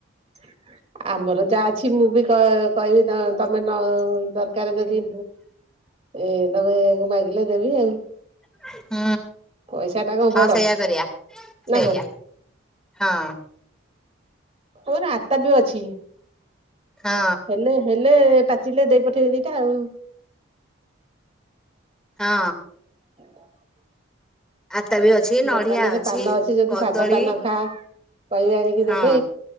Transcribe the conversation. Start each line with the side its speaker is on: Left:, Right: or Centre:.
Right: <inaudible> ଆମର ଯାହା ଅଛି ମୁଁ ବି କ କହିବି ତମ ତମେ ନ ଦରକାର ଯଦି ଏ ତମେ ମାଗିଲେ ଦେବି ଆଉ।
Centre: <inaudible> ହୁଁ
Right: ପଇସା ଟା କଣ
Centre: ହଁ
Right: ବଡ
Centre: ସେଇଆ କରିବା। ସେଆ
Right: ନା କଣ?
Centre: ହଁ।
Right: ଆମର ଆତାପି ଅଛି।
Centre: ହଁ
Right: ହେଲେ ହେଲେ ପା ଚିଲେ ଦେଇ ପଠେଇବି ଦିଟା ଆଉ।
Centre: ହଁ।
Right: <inaudible>
Centre: ଆତାବି ଅଛି, ନଡିଆ
Right: ଦୋକାନରେ
Centre: ଅଛି,
Right: ପାନ ଯଦି
Centre: କଦଳୀ
Right: ସାଧା ପାନ ଖା କହିବେ ଆଣିକି
Centre: ହଁ
Right: ଦେବେ